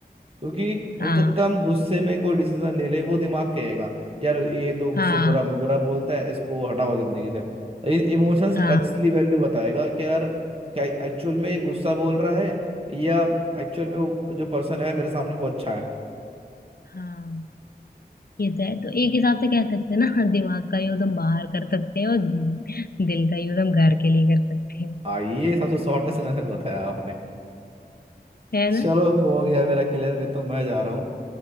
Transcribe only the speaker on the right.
क्योंकि
हो सकता है हम गुस्से में कोई डिसीजन ले ले वो दिमाग कहेगा यार ये तो मुझसे
बुरा बुरा बोलता है इसको हटाओ जिंदगी से लेकिन इमोशंस
असली वैल्यू बताएगा कि यार क्या एक्चुअल में ये गुस्सा बोल रहा है या एक्चुअल में वो जो पर्सन है मेरे सामने वो अच्छा है
हम्म।
आ ये सबसे शॉर्टेस्ट मेथड बताया आपने
चलो हो गया मेरा क्लियर फिर तो मैं जा रहा हूँ